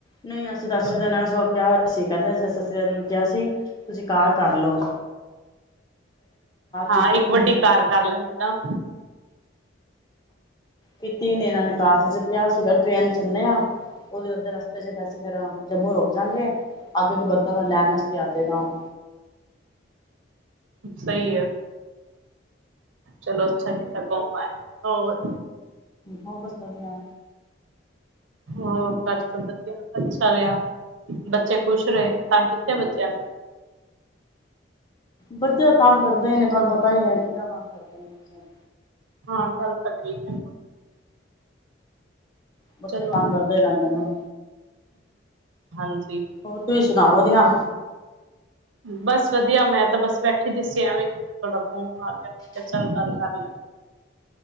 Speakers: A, on the left; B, on the right.
A: ਨਹੀਂ ਅਸੀਂ
B: ਜਾਵਾਂਗੇ।
A: ਦੱਸ ਹੀ ਦੇਣਾ ਸੌ ਕਿਆ ਅਸੀ ਕਹਿਨੇ ਅਸੀ ਐ ਅੱਸੀ ਕਿਹਾ ਸੀ ਤੁਸੀ ਕਾਰ ਕਰਲਓ।
B: ਹਾਂ,
A: ਕੀਤੀ
B: ਇੱਕ
A: ਨੇ
B: ਵੱਡੀ ਕਾਰ ਕਰ ਲੈਦੇ ਨਾ।
A: ਕੀਤੀ ਨੇ ਇਹਨਾਂ
B: ਹੂੰ
A: ਨੇ ਕਾਰ ਤੁਸੀਂ ਕਿਹਾ ਸੀਗਾ ਟਰੇਨ ਚੱਲੇ ਆ। ਉਧਰ ਅੱਧੇ ਰਸਤੇ ਚ ਅਸੀ ਫਿਰ ਜੰਮੂ ਰੁਕ ਜਾਂਗੇ, ਅੱਗੇ ਕੇ ਬੰਦਾ ਲੈਣ ਆਸਤੇ ਆਜੇਗਾ। <inaudible>
B: ਸਹੀ ਏ। ਚਲੋ, ਅੱਛਾ ਕੀਤਾ ਘੁੰਮ‌ ਆਏ ਹੋਰ।
A: ਹੋਰ, ਬਸ ਵਧੀਆ।
B: ਹੋਰ, ਘਰ ਸਭ ਵਧੀਆ। ਅੱਛਾ ਰਿਹਾ, ਬੱਚੇ ਖੁਸ਼ ਰਹੇ। ਤਾਂ ਕਿਤਨੇ ਬੱਚੇ ਆ।
A: ਬੱਚੇ ਤਾਂ ਤੰਗ ਕਰਦੇ ਨੇ, ਤੁਹਾਨੂੰ ਪਤਾ ਹੀ ਏ ਕਿੰਨਾ ਤੰਗ ਕਰਦੇ ਨੇ ਬੱਚਿਆਂ ਨੂੰ।
B: ਹਾਂ, ਗੱਲ ਤਾਂ ਠੀਕ ਏ।
A: ਬੱਚੇ
B: ਚਲੋ
A: ਤੰਗ ਕਰਦੇ ਹੀ ਰਹਿੰਦੇ ਨੇ।
B: ਹਾਂਜੀ।
A: ਹੋਰ, ਤੁਸੀਂ ਸੁਣਾਓ ਵਧੀਆ।
B: ਬਸ, ਵਧੀਆ ਮੈਂ ਤਾਂ ਬਸ ਬੈਠੀ ਦੀ ਸੀ ਐਵੇਂ ਤੁਹਾਡਾ ਫੋਨ ਆ ਗਿਆ ਮੈਂ ਕਿਹਾ ਚੱਲ ਗੱਲ ਕਰਲਾ।